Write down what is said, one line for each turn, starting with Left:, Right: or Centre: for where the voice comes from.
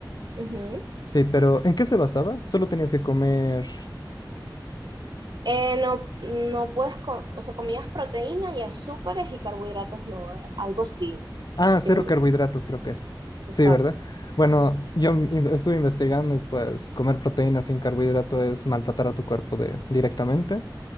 Right: Ujú.
Left: Sí, pero ¿en qué se basaba? Solo tenías que comer...
Right: Eh, no, no puedes, co- o sea, comías proteína y azúcares y carbohidratos, no, eh, algo así,
Left: Ah,
Right: si
Left: cero
Right: no me
Left: carbohidratos
Right: equivoco.
Left: creo que es. Sí,
Right: Exacto.
Left: ¿verdad? Bueno, yo in- estuve investigando y pues comer proteínas sin carbohidrato es maltratar a tu cuerpo de, directamente.